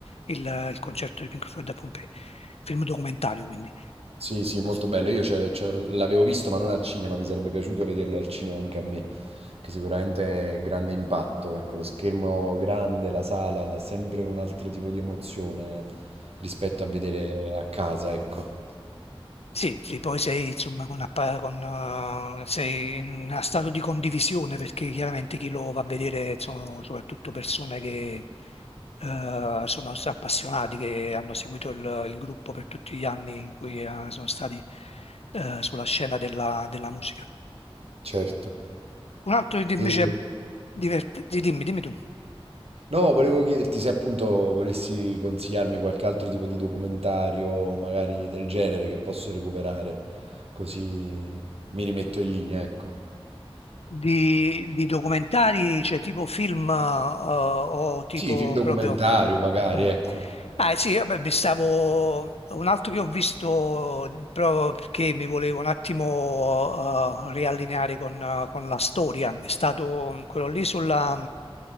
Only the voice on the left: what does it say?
il, il concerto di Pink Floyd a Pompei, film documentario quindi.
Sì, sì, poi sei insomma con, appa- con, eh, sei in uno stato di condivisione perché chiaramente chi lo va a vedere sono soprattutto persone che eh, sono s- appassionati, che hanno seguito il, il gruppo per tutti gli anni in cui eh, sono stati eh, sulla scena della, della musica.
Un altro invece,
diverti- dimmi, dimmi tu.
di, di documentari, cioè tipo film eh, o tipo
proprio...
Mm.
Ah sì, vabbè, mi stavo... Un altro che ho visto proprio perché mi volevo un attimo eh, riallineare con, eh, con la storia è stato quello lì sulla...